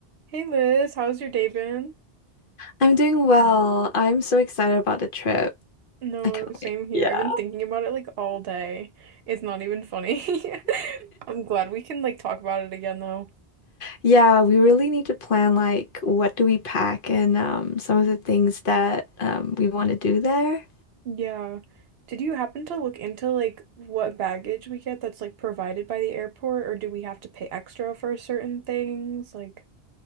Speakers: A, on the right; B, on the left.
A: Hey Liz, how's your day been?
B: I'm doing well. I'm so excited about the trip.
A: No,
B: I can't
A: same
B: wait.
A: here.
B: Yeah.
A: I've been thinking about it like all day. It's not even funny. <laughs> I'm glad we can like talk about it again though.
B: Yeah, we really need to plan like what do we pack and um some of the things that um we want to do there.
A: Yeah. Did you happen to look into like what baggage we get that's like provided by the airport or do we have to pay extra for certain things? Like